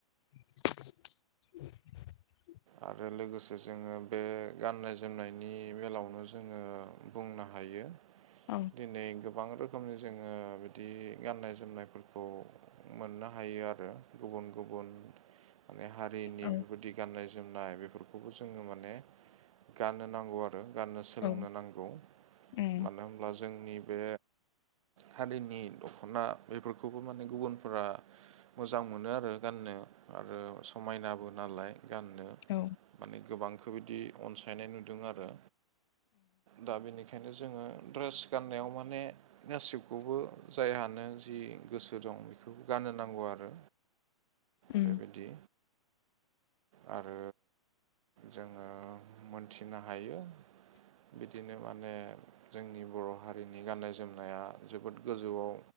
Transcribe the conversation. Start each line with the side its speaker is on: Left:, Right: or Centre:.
Left: <inaudible>
Right: आरो लोगोसे जोङो बे गाननाय जोमनायनि बेलायावनो ज जोङो बुंनो हायो
Left: औ
Right: दिनै गोब बां रोखोमनि जोङो बिदि गाननाय जोमनायफोरखौ मोननो हायो आरो गुबुन गुबुन माने हारिनि
Left: औ
Right: बेफोरबायदि गाननाय जोमनाय बेफोरखौबो जोङो माने गाननो नांगौ आरो गाननो सोलोंनो
Left: औ
Right: नांगौ
Left: उम
Right: मानो होनब्ला जोंनि बे हारिनि दख'ना बेफोरखौबो माने गुबुनफोरा मोजां मोनो आरो गाननो आरो समायनाबो नालाय गाननो
Left: औ
Right: माने गोबांखो बिदि अनसायनाय नुदों आरो दा बेनिखायनो जोङो ड्रेस गाननायाव माने गासिबखौबो जायहानो जि गोसो दं बेखौबो गाननो नांगौ आरो
Left: उम
Right: बेबायदि आरो जोङो मोनथिनो हायो बिदिनो माने जोंनि बर' हारिनि गाननाय जोमनाया जोबोद गोजौआव